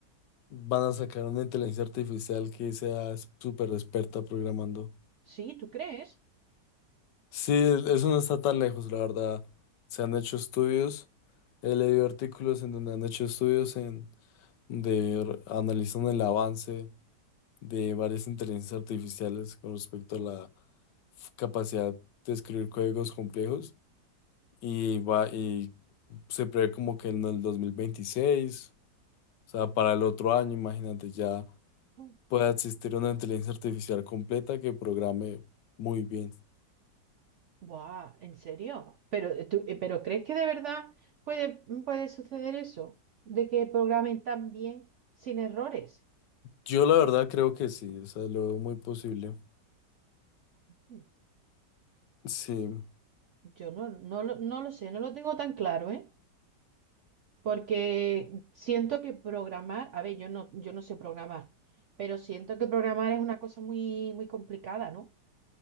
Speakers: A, on the left (about 75°); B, on the right (about 70°).
A: van a sacar una inteligencia artificial que sea súper experta programando.
B: Sí, ¿tú crees?
A: Sí, eso no está tan lejos, la verdad. Se han hecho estudios, he leído artículos en donde han hecho estudios en de r- analizan el avance de varias inteligencias artificiales con respecto a la f- capacidad de escribir códigos complejos y va y se prevé como que en el 2026, o sea, para el otro año, imagínate, ya
B: Mm.
A: pueda existir una inteligencia artificial completa que programe muy bien.
B: Buah, ¿en serio? Pero, eh, tú- eh, ¿pero crees que de verdad puede, puede suceder eso? De que programen tan bien sin errores.
A: Yo la verdad creo que sí, o sea, lo veo muy posible.
B: Mm.
A: Sí,
B: Yo no, no, lo- no lo sé, no lo tengo tan claro, ¿eh? Porque siento que programar, a ver, yo no, yo no sé programar, pero siento que programar es una cosa muy, muy complicada, ¿no?